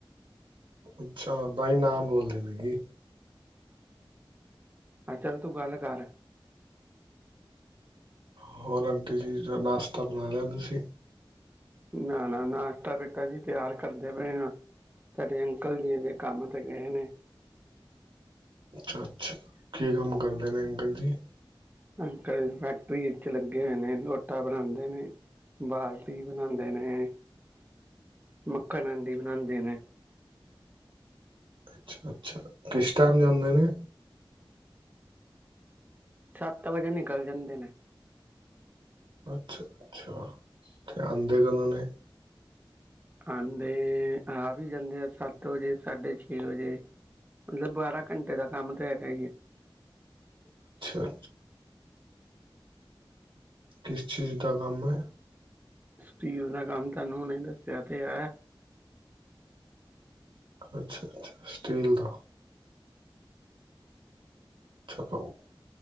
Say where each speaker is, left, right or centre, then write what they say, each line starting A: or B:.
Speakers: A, on the right; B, on the right.
A: ਅੱਛਾ। ਤਾਂ ਹੀ ਨਾ ਬੋਲਦੇ ਪਏ ਸੀ।
B: ਹਾਂ ਚੱਲ ਤੂੰ ਗੱਲ ਕਰ
A: ਹੋਰ ਆਂਟੀ ਜੀ ਜਾ ਨਾਸ਼ਤਾ ਬਣਾ ਲਿਆ ਤੁਸੀਂ
B: ਨਾ ਨਾ ਨਾਸ਼ਤਾ ਬੇਟਾ ਜੀ ਤਿਆਰ ਕਰਦੇ ਪਏ ਆ, ਤੁਹਾਡੇ ਅੰਕਲ ਜੀ ਅਜੇ ਕੰਮ ਤੇ ਗਏ ਨੇ
A: ਅੱਛਾ-ਅੱਛਾ। ਕੀ ਕੰਮ ਕਰਦੇ ਨੇ ਅੰਕਲ ਜੀ।
B: ਅੰਕਲ ਫੈਕਟਰੀ ਵਿੱਚ ਲੱਗੇ ਹੋਏ ਨੇ ਲੋਟਾਂ ਬਣਾਉਂਦੇ ਨੇ, ਬਾਲਟੀ ਬਣਾਉਂਦੇ ਨੇ, ਮੱਖਣ ਹਾਂਡੀ ਬਣਾਉਂਦੇ ਨੇ
A: ਅੱਛਾ-ਅੱਛਾ। ਕਿਸ ਟਾਈਮ ਜਾਂਦੇ ਨੇ
B: ਸੱਤ ਵਜੇ ਨਿਕਲ ਜਾਂਦੇ ਨੇ।
A: ਅੱਛਾ ਅੱਛਾ ਤੇ ਆਉਂਦੇ ਕਦੋਂ ਨੇ
B: ਆਉਂਦੇ ਆ ਵੀ ਜਾਂਦੇ ਆ ਸੱਤ ਵਜੇ ਸਾਢੇ ਛੇ ਵਜੇ ਮਤਲਬ ਬਾਰਾਂ ਘੰਟੇ ਦਾ ਕੰਮ ਤੇ ਹੈਗਾ ਈ ਐ
A: ਅੱਛਾ ਅੱਛਾ ਕਿਸ ਚੀਜ਼ ਦਾ ਕੰਮ ਹੈ
B: ਸਟੀਲ ਦਾ ਕੰਮ ਤੁਹਾਨੂੰ ਹੁਨੇ ਦੱਸਿਆ ਤੇ ਹੈ
A: ਅੱਛਾ ਅੱਛਾ ਸਟੀਲ ਦਾ ਅੱਛਾਓ